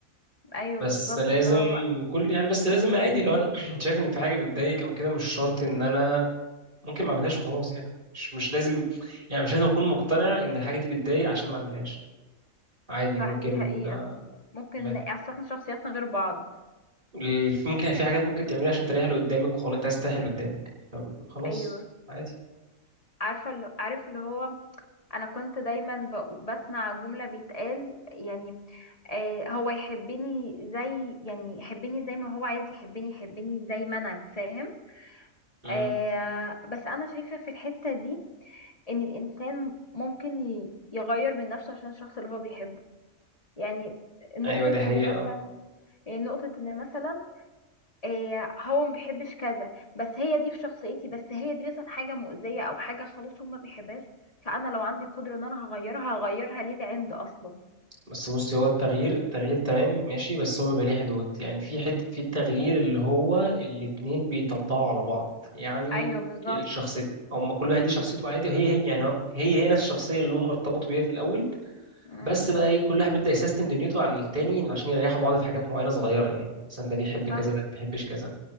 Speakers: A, on the left (about 25°); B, on the right (about 40°).
A: ايوه
B: بس
A: بالظبط
B: لازم
A: اللي هو
B: كل يعني بس لازم عادي لو انا <clears throat> شايف ان في حاجه بتضايق او كده مش شرط ان انا ممكن ما اعملهاش وخلاص يعني مش مش لازم يعني مش لازم اكون مقتنع ان الحاجه دي بتضايق عشان ما اعملهاش عادي ممكن
A: صح دي حقيقة
B: آه،
A: ممكن
B: ما-
A: اصل احنا شخصياتنا غير بعض
B: ال- ممكن في حاجات ممكن تعملها عشان تريح اللي قدامك وخلاص انت عايز تريح اللي قدامك فخلاص
A: ايوه
B: عادي
A: عارفة اللي عارف اللي هو انا كنت دايما ب... بسمع جملة بيتقال يعني آه هو يحبني زي يعني يحبني زي ما هو عايز يحبني يحبني زي ما انا فاهم
B: امم
A: آه بس انا شايفة في الحتة دي ان الانسان ممكن ي- يغير من نفسه عشان الشخص اللي هو بيحبه يعني نقطة
B: ايوه دي حقيقه
A: ان مثلا يعني نقطة ان مثلا إيه هو ما بيحبش كذا بس هي دي في شخصيتي بس هي دي مثلا حاجه مؤذيه او حاجه خلاص هو ما بيحبهاش فانا لو عندي القدره ان انا هغيرها هغيرها ليه لعند اصلا
B: بس بصي هو التغيير التغيير تمام ماشي بس هو بيبقى ليه حدود يعني في حتة في التغيير اللي هو الاتنين بيطبقوا على بعض يعني
A: ايوه بالظبط
B: الشخصية هم كل واحد ليه شخصيته عادي وهي هي يعني هو- هي هي نفس الشخصية اللي هم ارتبطوا بيها في الأول
A: امم
B: بس بقى ايه كل واحد بيبدأ يسيستم دنيته على التاني عشان يريحوا بعض في حاجات معينة صغيرة يعني مثلا ده بيحب
A: صح
B: كذا ده ما بيحبش كذا